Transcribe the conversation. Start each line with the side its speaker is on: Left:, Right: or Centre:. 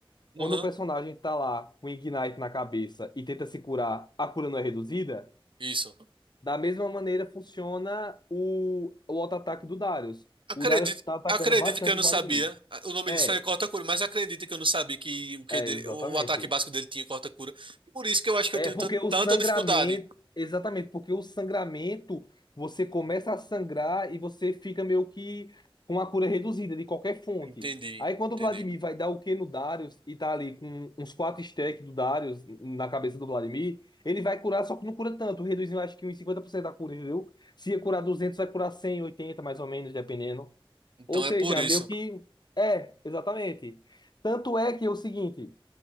Right: Uhum,
Left: Quando o personagem tá lá com Ignite na cabeça e tenta se curar, a cura não é reduzida?
Right: isso.
Left: Da mesma maneira funciona o, o auto-ataque do Darius.
Right: Acredito,
Left: O Darius tá atacando
Right: acredito
Left: bastante
Right: que eu não
Left: o Vladimir.
Right: sabia. O nome
Left: É,
Right: disso é corta-cura, mas acredito que eu não sabia que o QD,
Left: é exatamente.
Right: o ataque básico dele tinha corta-cura. Por isso que eu acho que
Left: É
Right: eu tenho
Left: porque
Right: tan-
Left: o
Right: tanta
Left: sangramento,
Right: dificuldade.
Left: exatamente, porque o sangramento, você começa a sangrar e você fica meio que com a cura reduzida de qualquer fonte.
Right: Entendi,
Left: Aí quando
Right: entendi.
Left: o Vladimir vai dar o Q no Darius e tá ali com uns quatro stacks do Darius na cabeça do Vladimir, ele vai curar, só que não cura tanto, reduzindo acho que uns 50% da cura, entendeu? Se ia curar 200 vai curar 180 mais ou menos, dependendo.
Right: Então
Left: Ou seja,
Right: é por isso.
Left: meio que... É, exatamente. Tanto é que é o seguinte...